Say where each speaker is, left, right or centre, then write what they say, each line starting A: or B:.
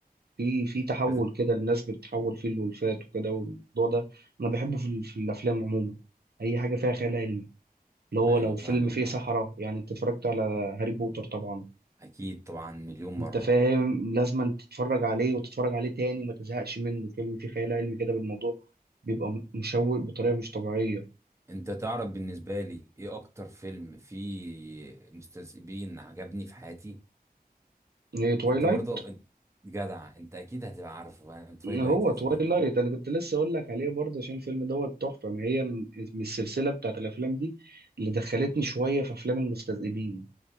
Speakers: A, on the right; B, on the right.
A: في في تحول
B: بس-
A: كده الناس بتتحول فيه الولفات وكده والموضوع ده انا بحبه في, ال- في الافلام عموما اي حاجه فيها
B: <laughs>
A: خيال علمي اللي هو
B: ايوه
A: لو فيلم
B: فاهمك
A: فيه
B: اه
A: سحرة يعني انت اتفرجت على هاري بوتر طبعا
B: اكيد طبعا مليون
A: انت
B: مرة
A: فاهم لازم تتفرج عليه وتتفرج عليه تاني ما تزهقش منه فيلم فيه خيال علمي كده بالموضوع بيبقى م- مشوق بطريقه مش طبيعيه
B: انت تعرف بالنسبة لي ايه اكتر فيلم فيه مستذئبين عجبني في حياتي
A: ايه تويلايت
B: انت برضه انت جدع انت اكيد هتبقى عارفه فاهم تويلايت
A: هو
B: يا
A: تويلايت
B: زميلي
A: انا كنت لسه اقول لك عليه برضه عشان الفيلم دوت تحفه ما هي من من السلسله بتاعت الافلام دي اللي دخلتني شويه في افلام المستذئبين